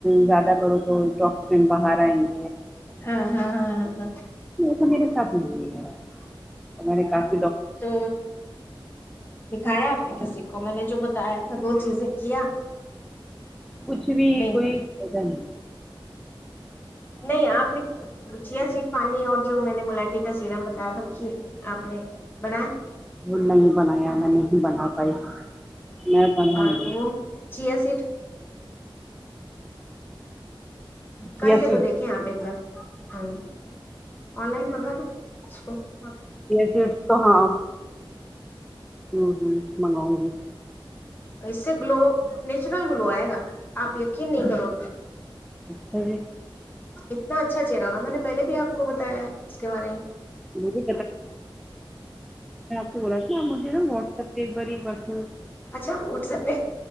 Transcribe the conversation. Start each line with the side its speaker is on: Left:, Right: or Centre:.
Centre: زیادہ کرو تو ٹکسیین باہر آئیں گے <inaudible>
Left: ہاں ہاں ہاں ہاں ہاں
Centre: تو میرے ساتھ نہیںیرا مےھ <unintelligible>
Left: تو دکھایا آپ نے کیس کو میں نے جو بتایا تھا وہ چیزیں کیا
Centre: کچھ بھی
Left: نہیں
Centre: کوئی <inaudible> ج <inaudible>
Left: نہیں آپ نے اچ سویٹ پانی اور جو میں نے ملاٹٹی کا سیرام بتایا تھا کہ آپ نے بنائ <unintelligible>
Centre: وہ نہیں بنایا میں نہیں بنا پائی میں بنای
Left: اور وہ
Centre: <inaudible>
Left: چیا سیٹ
Centre: چیا
Left: کر کے
Centre: سیڈس
Left: تو دیکھیں آپ ایک بار ہاں <inaudible> آن لائن مگالو ا <unintelligible>
Centre: یہٹ تو ہاں ہ ہ منگاؤں گی
Left: اس سے گلو نیچرل گلو آئے گا آپ یقین نہیں کرو گے
Centre: اچھا جی
Left: اتنا اچھا چہرہ ہوا میں نے پہل بھی آپ کو بتایا اس کے بارے میں
Centre: مجھے بلاا مجھے ن واٹس ایپ پ بری بس
Left: اچھا واٹس ایپ پہ